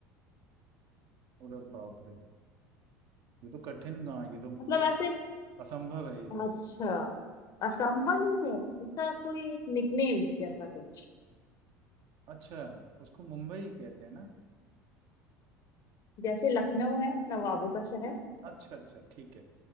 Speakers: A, on the right (about 50°); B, on the left (about 40°).
A: और बाप रे ये तो कठिन कहाँ है, ये तो
B: मतलब
A: ये
B: ऐसे
A: असंभव है ये तो
B: अच्छा असंभव नहीं है इसका कोई एक निकनेम जैसा कुछ
A: अच्छा उसको मुंबई कहते हैं ना
B: जैसे लखनऊ है नवाबों का शहर
A: अच्छा अच्छा ठीक है